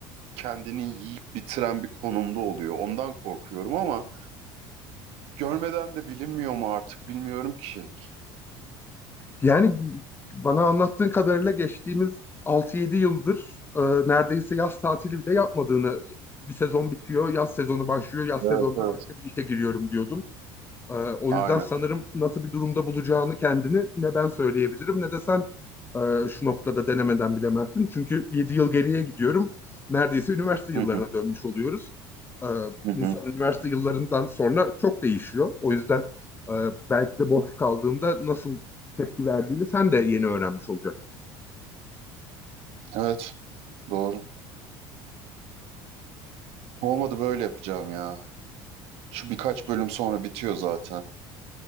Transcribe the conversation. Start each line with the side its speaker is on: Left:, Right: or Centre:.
Right: Kendini yiyip bitiren bir konumda oluyor. Ondan korkuyorum ama görmeden de bilinmiyor mu artık bilmiyorum ki.
Left: Yani bana anlattığın kadarıyla geçtiğimiz altı yedi yıldır e, neredeyse yaz tatili bile yapmadığını, bir sezon bitiyor, yaz sezonu başlıyor, yaz
Right: Evet,
Left: sezonunda
Right: evet.
Left: başka bir işe giriyorum diyordun. Ee, o
Right: Aynen.
Left: yüzden sanırım nasıl bir durumda bulacağını kendini ne ben söyleyebilirim ne de sen e, şu noktada denemeden bilemezsin. Çünkü 7 yıl geriye gidiyorum. Neredeyse üniversite yıllarına
Right: Hı hı,
Left: dönmüş oluyoruz. Ee,
Right: hı
Left: insan
Right: hı.
Left: üniversite yıllarından sonra çok değişiyor. O yüzden e, belki de boş kaldığında nasıl tepki verdiğini sen de yeni öğrenmiş olacaksın.
Right: Evet, doğru. Olmadı böyle yapacağım ya. Şu birkaç bölüm sonra bitiyor zaten.